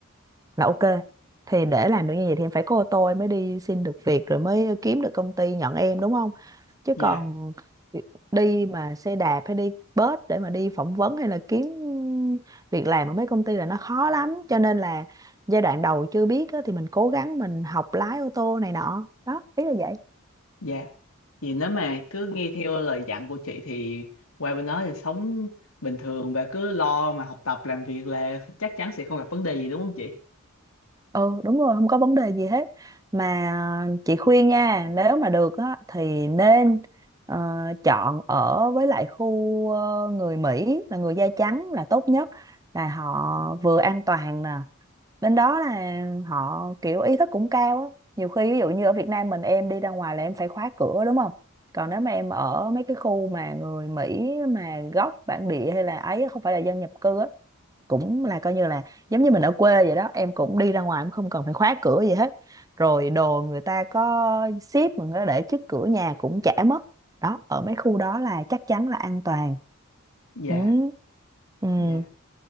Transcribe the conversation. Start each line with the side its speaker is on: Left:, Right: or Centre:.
Right: là ok thì để làm được như vậy thì em phải có ô tô em mới đi xin được việc rồi mới kiếm được công ty nhận em đúng không chứ
Left: dạ
Right: còn đi mà xe đạp hay đi bus để mà đi phỏng vấn hay là kiếm việc làm ở mấy công ty là nó khó lắm cho nên là giai đoạn đầu chưa biết á, thì mình cố gắng mình học lái ô tô này nọ đó ý là vậy
Left: dạ vì nếu mà cứ nghe theo lời dặn của chị thì qua bên đó thì sống bình thường và cứ lo mà học tập làm việc là chắc chắn sẽ không gặp vấn đề gì đúng không chị
Right: ừ đúng rồi không có vấn đề gì hết mà chị khuyên nha nếu mà được á thì nên ờ, chọn ở với lại khu ờ, người Mỹ là người da trắng là tốt nhất là họ vừa an toàn nè bên đó là họ kiểu ý thức cũng cao á nhiều khi ví dụ như ở Việt Nam mình em đi ra ngoài là em phải khóa cửa đúng không còn nếu mà em ở mấy cái khu mà người Mỹ mà gốc bản địa hay là ấy không phải là dân nhập cư á cũng là coi như là giống như mình ở quê vậy đó em cũng đi ra ngoài em không cần phải khóa cửa gì hết rồi đồ người ta có ship mình có để trước cửa nhà cũng chả mất đó ở mấy khu đó là chắc chắn là an toàn
Left: dạ
Right: ừ. Ừ.
Left: dạ